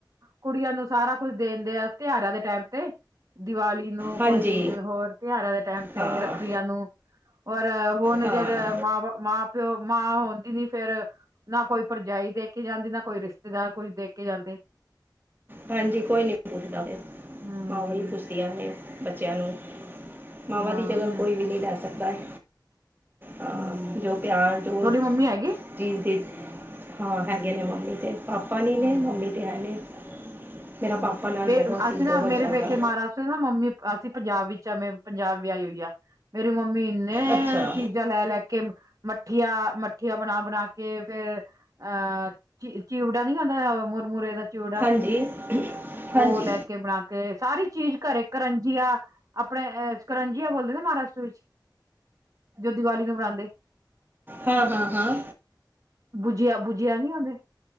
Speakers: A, on the right; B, on the right.
A: ਕੁੜੀਆਂ ਨੂੰ ਸਾਰਾ ਕੁਝ ਦੇਦੇ ਆ ਤਿਉਹਾਰਾਂ ਦੇ ਟਾਈਮ ਤੇ ਦੀਵਾਲੀ ਨੂੰ
B: ਹਾਂਜੀ
A: ਕੋਈ ਹੋਰ ਤਿਉਹਾਰਾਂ ਦੇ ਟਾਈਮ ਤੇ
B: ਹਾਂ
A: ਰੱਖੜੀਆਂ ਨੂੰ ਔਰ ਹੁਣ
B: ਹਾਂ
A: ਜਦ ਮਾਂ ਬਾਪ ਮਾਂ ਮਾਂ ਹੁੰਦੀ ਨੀ ਫਿਰ ਨਾ ਕੋਈ ਭਰਜਾਈ ਦੇ ਕੇ ਜਾਂਦੀ ਨਾ ਕੋਈ ਰਿਸ਼ਤੇਦਾਰ ਕੁੱਝ ਦੇਖ ਕੇ ਜਾਂਦੇ।
B: ਹਾਂਜੀ। ਕੋਈ ਨਹੀਂ ਪੁੱਛਦਾ ਫੇਰ
A: ਹੂੰ,
B: ਮਾਵਾ ਪੁੱਛਦੀ ਨੇ ਬੱਚਿਆਂ ਨੂੰ ਮਾਵਾ
A: ਹਾਂ
B: ਦੀ ਜਗ੍ਹਾ
A: ਉਹੀ ਨਾ
B: ਕੋਈ ਵੀ ਨਹੀਂ ਲੈ ਸਕਦਾ ਹੈ। ਹਾਂ
A: ਹਮ
B: ਜੋ ਪਿਆਰ ਜੋ
A: ਤੁਹਾਡੀ ਮੰਮੀ ਹੈਗੀ
B: ਚੀਜ਼ ਦੇ ਹਾਂ
A: ਹਾਂਜੀ
B: ਹੈਗੇ ਨੇ ਮੰਮੀ ਤੇ ਪਾਪਾ ਨੀ ਨੇ
A: ਹਾਂਜੀ
B: ਮੰਮੀ ਤੇ ਹੈ ਨੇ ਮੇਰਾ
A: ਹਮ
B: ਪਾਪਾ ਨਾਲ
A: ਵੇਖਲੋ
B: ਬਹੁਤ ਸੀ
A: ਅੱਜ
B: ਬਹੁਤ
A: ਮੇਰੇ
B: ਜ਼ਿਆਦਾ
A: ਪੇਕੇ ਮਹਾਰਾਜਟਰ ਵਿਚ ਨੇ ਮੰਮੀ ਅਸੀਂ ਪੰਜਾਬ ਵਿੱਚ ਆ ਪੰਜਾਬ ਵਿਆਹੀ ਹੋਈ ਆ ਮੇਰੀ ਮੰਮੀ ਇ ਇਹ
B: ਅੱਛਾ
A: ਚੀਜ਼ਾਂ ਲੈ ਲੈ ਕੇ ਮੱਠੀਆਂ ਮੱਠੀਆਂ ਬਣਾ ਬਣਾ ਕੇ ਫੇਰ ਅਹ ਚਿਵੜਾ ਨੀ ਖਉਂਦਾ ਮੁਰਮੁਰੇ ਦਾ ਚਿਵੜਾ
B: ਹਾਂਜੀ। ਹਾਂਜੀ
A: ਉਹ ਲੈ ਕੇ ਬਣਾ ਕੇ ਕੇ ਸਾਰੀ ਚੀਜ਼ ਘਰੇ ਕਰੰਜੀਆ ਆਪਣੇ ਕਰੰਜੀਆ ਬੋਲਦੇ ਸੀ ਮਹਾਰਾਸ਼ਟਰ ਵਿੱਚ ਜੋ ਦੀਵਾਲੀ ਨੂੰ ਮਨਾਉਂਦੇ
B: ਹਾਂ-ਹਾਂ-ਹਾਂ
A: ਭੁਜੀਆ-ਭੁਜਿਆ ਨੀ ਆਉਂਦੇ